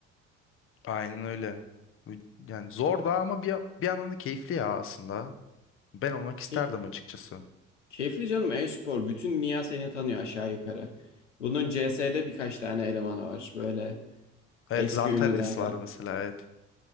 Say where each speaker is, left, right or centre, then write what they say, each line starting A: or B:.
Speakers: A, on the left; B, on the left.
A: Aynen öyle. Yani zor da ama bir, bir yandan da keyifli ya aslında. Ben olmak isterdim
B: Keyif,
A: açıkçası.
B: keyifli canım e-spor. Bütün dünya seni tanıyor aşağı yukarı. Bunun CS'de birkaç tane elemanı var böyle
A: Evet
B: eski
A: Zantares
B: ünlülerden.
A: var mesela evet.